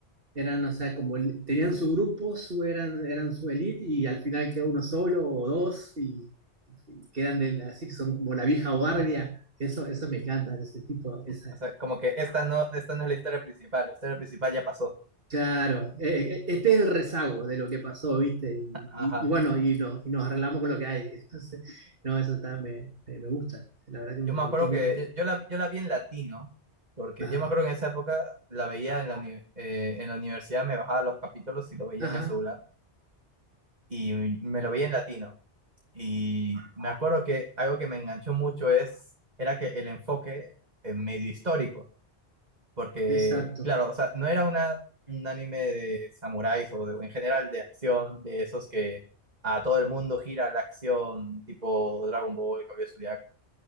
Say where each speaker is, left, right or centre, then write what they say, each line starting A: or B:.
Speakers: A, on the right; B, on the right.
A: eran, o sea, como el- tenían su grupo, su, eran, eran su elite y al final queda uno solo o dos y, y quedan de, así que son como la vieja guardia.
B: <laughs>
A: Eso, eso me encanta, ese tipo, esa,
B: O sea, como que esta no, esta no es la historia principal, la historia principal ya pasó.
A: Claro, eh, eh, este es el rezago de lo que pasó, ¿viste? Y,
B: Ajá.
A: y- y bueno, y, no- y nos arreglamos con lo que hay. <laughs> Entonces, no, eso está, me, me, me gusta, la verdad que me
B: Yo me
A: gustó
B: acuerdo
A: mucho.
B: que eh, yo la, yo la vi en latino, porque
A: Ajá,
B: yo me acuerdo que en esa época la veía en la, uni- eh, en la universidad, me bajaba los capítulos y lo veía
A: ajá,
B: en el celular, y me lo veía en latino. Y me acuerdo que algo que me enganchó mucho es, era que el enfoque eh, medio histórico, porque,
A: exacto,
B: claro, o sea, no era una, un anime de samuráis o de- en general de acción, de esos que a todo el mundo gira la acción, tipo Dragon Ball, Caballero Zodiaco.